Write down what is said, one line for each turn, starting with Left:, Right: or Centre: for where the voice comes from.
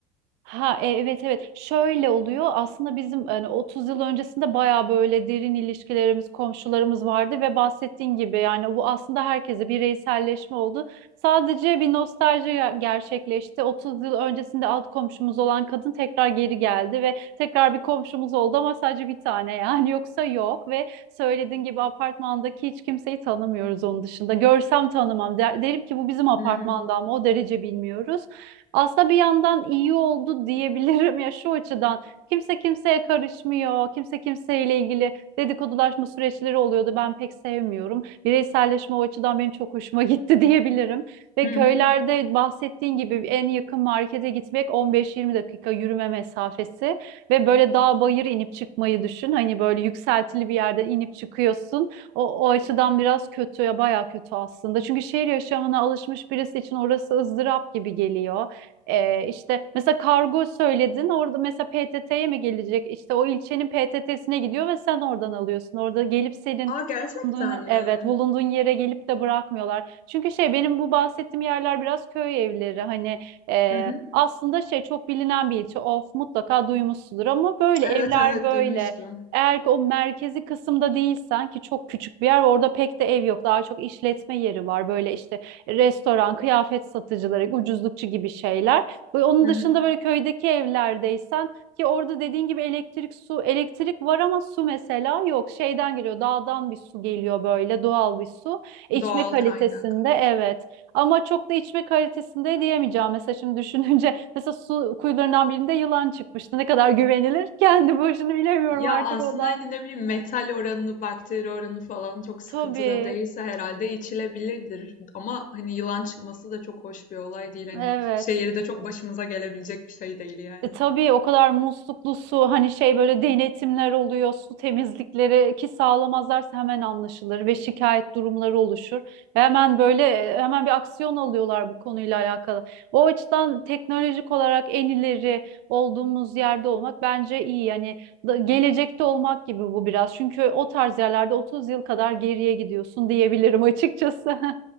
Right: Ha e, evet evet şöyle oluyor aslında bizim hani 30 yıl öncesinde baya böyle derin ilişkilerimiz komşularımız vardı ve bahsettiğin gibi yani bu aslında herkese bireyselleşme oldu. Sadece bir nostalji ger- gerçekleşti. 30 yıl öncesinde alt komşumuz olan kadın tekrar geri geldi ve tekrar bir komşumuz oldu ama sadece bir tane yani <laughs> yoksa yok ve söylediğin gibi apartmandaki hiç kimseyi tanımıyoruz onun dışında. Görsem tanımam Der- derim ki bu bizim apartmandan
Left: Hı hı.
Right: mı o derece bilmiyoruz. Aslında bir yandan iyi oldu diyebilirim ya şu açıdan. Kimse kimseye karışmıyor. Kimse kimseyle ilgili dedikodulaşma süreçleri oluyordu. Ben pek sevmiyorum. Bireyselleşme o açıdan benim çok hoşuma gitti <laughs> diyebilirim. Ve
Left: Hı hı.
Right: köylerde bahsettiğin gibi en yakın markete gitmek 15-20 dakika yürüme mesafesi ve böyle dağ bayır inip çıkmayı düşün. Hani böyle yükseltili bir yerden inip çıkıyorsun. O, o açıdan biraz kötü ya bayağı kötü aslında. Çünkü şehir yaşamına alışmış birisi için orası ızdırap gibi geliyor. Ee, işte mesela kargo söyledin orada mesela PTT'ye mi gelecek? İşte o ilçenin PTT'sine gidiyor ve sen oradan alıyorsun. Orada gelip senin
Left: A, gerçekten
Right: bulunduğun,
Left: mi?
Right: evet bulunduğun yere gelip de bırakmıyorlar. Çünkü şey benim bu bahsettiğim yerler biraz köy evleri hani e,
Left: Hı hı.
Right: aslında şey çok bilinen bir ilçe. Of mutlaka duymuşsundur ama böyle
Left: Evet,
Right: evler
Left: evet,
Right: böyle.
Left: duymuştum.
Right: Eğer ki o merkezi kısımda değilsen ki çok küçük bir yer ve orada pek de ev yok. Daha çok işletme yeri var. Böyle işte restoran, kıyafet satıcıları, ucuzlukçu gibi şeyler. onun
Left: Hı
Right: dışında
Left: hı.
Right: böyle köydeki evlerdeysen ki orada dediğin gibi elektrik, su, elektrik var ama su mesela yok. Şeyden geliyor, dağdan bir su geliyor böyle doğal bir su. İçme
Left: Doğal
Right: kalitesinde
Left: kaynak.
Right: evet. Ama çok da içme kalitesinde diyemeyeceğim. Mesela şimdi düşününce <laughs> mesela su kuyularından birinde yılan çıkmıştı. Ne kadar güvenilir? Kendi başını bilemiyorum
Left: Ya,
Right: artık
Left: aslında,
Right: o da.
Left: hani, ne bileyim, metal oranı, bakteri oranı falan çok sıkıntıda
Right: Tabii,
Left: değilse herhalde içilebilirdir ama, hani, yılan çıkması da çok hoş bir olay değil. Hani,
Right: evet.
Left: şehirde çok başımıza gelebilecek bir şey değil yani.
Right: E, tabii o kadar musluklu su hani şey böyle denetimler oluyor su temizlikleri ki sağlamazlarsa hemen anlaşılır ve şikayet durumları oluşur. Ve hemen böyle e, hemen bir aksiyon alıyorlar bu konuyla alakalı. O açıdan teknolojik olarak en ileri olduğumuz yerde olmak bence iyi. Yani da- gelecekte olmak gibi bu biraz. Çünkü o tarz yerlerde 30 yıl kadar geriye gidiyorsun diyebilirim açıkçası.